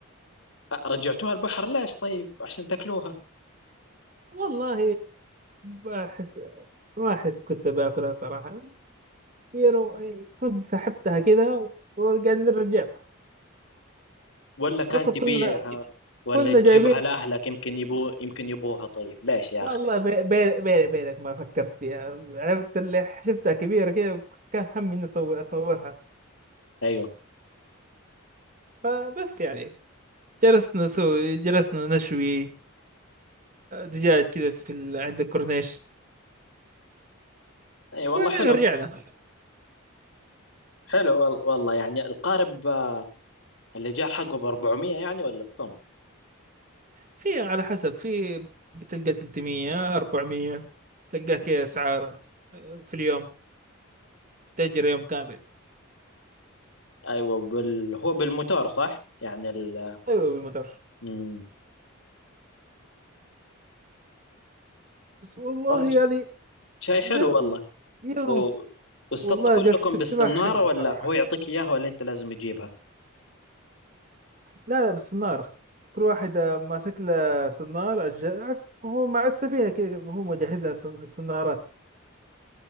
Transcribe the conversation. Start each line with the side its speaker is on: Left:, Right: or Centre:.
Left: رجعتوها البحر ليش طيب عشان تاكلوها
Right: والله ما احس ما احس كنت باكلها صراحه يعني لو- كنت سحبتها كذا وقاعدين نرجعها
Left: ولا كان
Right: اصلا
Left: تبيعها
Right: كنا
Left: ولا
Right: كنا
Left: تجيبها
Right: جايبين
Left: لاهلك يمكن يبو يمكن يبوها طيب ليش يا
Right: والله
Left: اخي
Right: بي- بي- بيني بينك ما فكرت فيها عرفت اللي شفتها كبيره كذا كان همي اني اصور اصورها
Left: ايوه
Right: فبس يعني جلسنا نسوي جلسنا نشوي دجاج كذا في ال... عند الكورنيش
Left: اي والله
Right: وبعدين
Left: حلو
Right: رجعنا
Left: حلو وال- والله يعني القارب آه، اللي جاء حقه ب 400 يعني ولا بكم
Right: في على حسب في بتلقى 300 400 تلقاه كذا اسعاره آه، في اليوم تأجر يوم كامل
Left: ايوه بال... هو بالموتور صح يعني ال...
Right: ايوه بالمتر
Left: مم.
Right: بس والله
Left: والله ش-
Right: يعني
Left: شيء حلو
Right: جل...
Left: والله
Right: يوم
Left: و... واصطدت
Right: والله
Left: كلكم
Right: جلسة السباحة
Left: بالصنارة
Right: حلوة
Left: ولا
Right: صراحة
Left: هو يعطيك اياها ولا انت لازم تجيبها
Right: لا لا بالصنارة كل واحد آه، ماسك له صنارة ج- عرفت هو مع السفينة كذا هو مجهز لها صن- صنارات